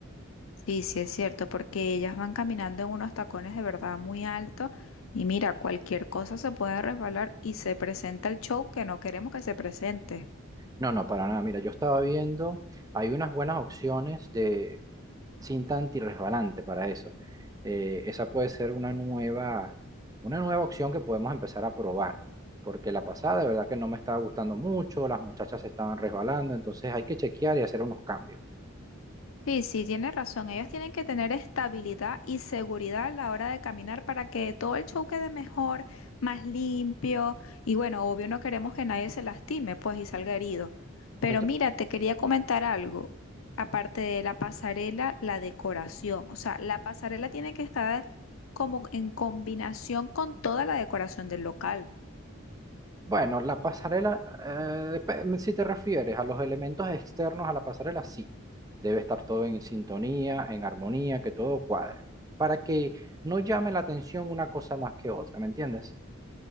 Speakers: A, on the left; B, on the right.
A: Sí, sí es cierto, porque ellas van caminando en unos tacones de verdad muy altos y mira, cualquier cosa se puede resbalar y se presenta el show que no queremos que se presente.
B: No, no, para nada. Mira, yo estaba viendo, hay unas buenas opciones de cinta antirresbalante para eso. Eh, esa puede ser una nueva, una nueva opción que podemos empezar a probar, porque la pasada de verdad que no me estaba gustando mucho, las muchachas se estaban resbalando, entonces hay que chequear y hacer unos cambios.
A: Sí, sí, tienes razón. Ellos tienen que tener estabilidad y seguridad a la hora de caminar para que todo el show quede mejor, más limpio. Y bueno, obvio no queremos que nadie se lastime, pues, y salga herido. Pero
B: ¿No te-
A: mira, te quería comentar algo. Aparte de la pasarela, la decoración. O sea, la pasarela tiene que estar como en combinación con toda la decoración del local.
B: Bueno, la pasarela, eh, depe- si te refieres a los elementos externos a la pasarela, sí. Debe estar todo en sintonía, en armonía, que todo cuadre, para que no llame la atención una cosa más que otra, ¿me entiendes?